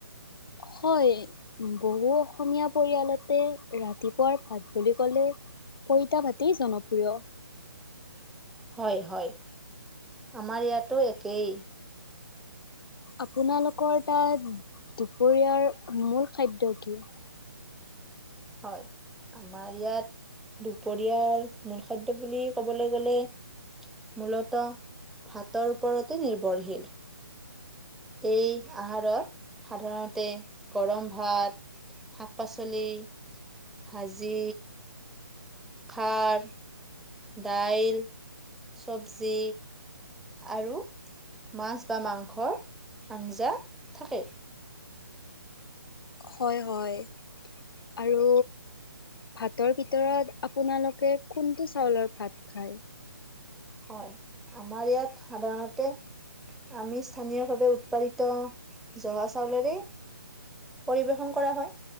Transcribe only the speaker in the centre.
হয়, হয়, আমাৰ ইয়াতো একেই।
হয়, আমাৰ ইয়াত দুপৰীয়াৰ মূল খাদ্য বুলি ক'বলৈ গ'লে মূলত, ভাতৰ ওপৰতে নিৰ্ভৰশীল এই আহাৰত, সাধাৰণতে গৰম ভাত শাক-পাচলি ভাজি ভাত দাইল-চবজি আৰু মাছ বা মাংসৰ আঞ্জা থাকে।
হয়, আমাৰ ইয়াত সাধাৰণতে আমি, স্থানীয়ভাৱে উৎপাদিত জহা চাউলেৰে পৰিৱেশন কৰা হয়।